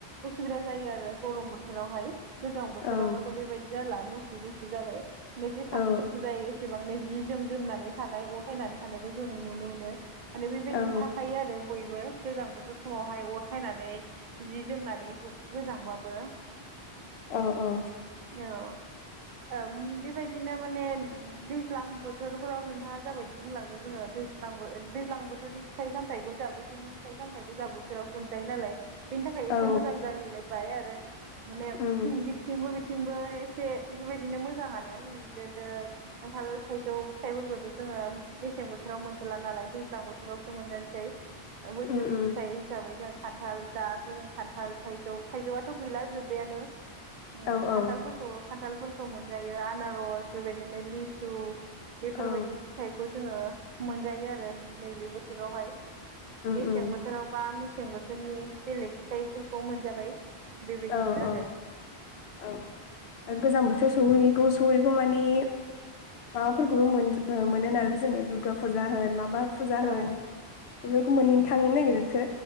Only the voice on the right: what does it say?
उसुबिदा जायो आरो गरम बोथोरावहाय। गोजां बोथोरावबाथ'
बेबायदि जाला गुसु गुसु जाबाय नेजे सांनो
गुसु जायो। एसेबांनो जि जोम जोमनानै थानाय अर फायनानै थानायखौ जों नुनो मोनो। माने बेबायदिनो
थाखायो आरो बयबो गोजां बोथोर फुङावहाय अर सायनानै जि जोमनानै गोजांबाबो
औ औ बेबायदिनो माने दैज्लां बोथ बोथोरफ्राव नोंथाङा जाबायदि बुंलांदों जोङो दैज्लां दैज्लां बोथोरनि फिथाइ सामथायाइखौ जा बोथोरनि फिथाइ सामथाय गोजां बोथोराव मोनजायो नालाय। बेनि थाखाय एसे
मोजां जाहैलायबाय आरो माने
बि बिथिंबो बिथिंबो एसे बेबायदिनो मोजाङानो मोनद्रायदों खान्थाल थाइजौ फिथाइफोरखौथ' जोङो मेसें बोथोराव मोनजोबला नालाय दैज्लां बोथोरावसो मोनजानोसै। बोथोरनि
फिथाइ हिसाबै जों खान्थाल दाथ' जों खान्थाल थाइजौ थाइजौआथ' गैला जोब्बायानो। ओ
खान्थालफोरखौ
खान्थालफोरखौ मोनजायो आनारस बेबायदिनो लिसु। बेफोरबायदि
फिथाइखौ जोङो मोनजायो आरो नैबे बोथोरावहाय।
मेसें
बोथोराव बा मेसें बोथोरनि बेलेग फिथाइफोरखौ मोनजाबाय। बेबायदिनो
आरो।
औ